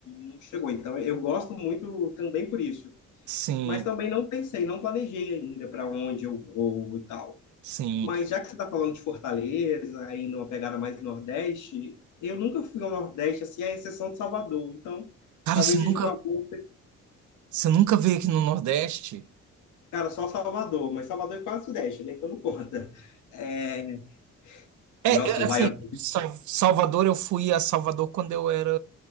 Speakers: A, on the left; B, on the right.
A: não chegou. Então eu gosto muito também por isso.
B: sim,
A: Mas também não pensei, não planejei ainda para onde eu vou e tal.
B: sim.
A: Mas já que você está falando de Fortaleza, aí numa pegada mais Nordeste, eu nunca fui ao Nordeste, assim, à exceção de Salvador. Então,
B: Cara,
A: talvez
B: você nunca,
A: seja uma boa
B: você nunca veio aqui no Nordeste?
A: Cara, só Salvador, mas Salvador é quase Sudeste, né? Então não conta. É...
B: É,
A: E Nossos
B: é, assim,
A: baianos.
B: Sa- Salvador, eu fui a Salvador quando eu era,